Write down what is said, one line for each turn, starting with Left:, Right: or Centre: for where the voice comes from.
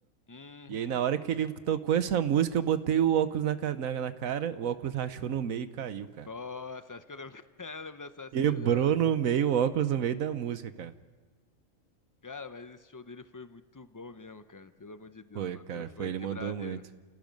Left: Uhum.
Right: E aí, na hora que ele tocou essa música, eu botei o óculos na, ca- na, na cara, o óculos rachou no meio e caiu, cara.
Left: Nossa, acho que eu lembro, <laughs> eu lembro dessa cena,
Right: Quebrou
Left: eu acho.
Right: no meio o óculos no meio da música, cara.
Left: Cara, mas esse show dele foi muito bom mesmo, cara. Pelo amor de Deus,
Right: Foi,
Left: o bagulho
Right: cara,
Left: foi
Right: foi, ele
Left: quebradeiro.
Right: mandou muito.